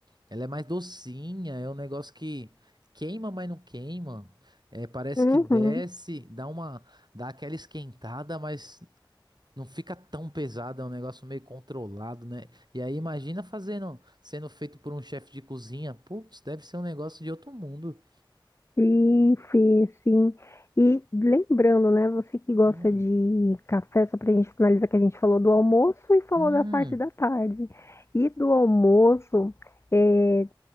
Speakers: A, on the right; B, on the left.
A: Ela é mais docinha, é um negócio que queima, mas não queima. É, parece
B: Uhum.
A: que desce, dá uma, dá aquela esquentada, mas não fica tão pesada, é um negócio meio controlado, né? E aí imagina fazendo, sendo feito por um chefe de cozinha. Putz, deve ser um negócio de outro mundo.
B: Sim, sim, sim. E lembrando, né, você que gosta
A: Hum,
B: de café, só pra gente finalizar que a gente falou do almoço e falou
A: hum,
B: da parte da tarde. E do almoço, é,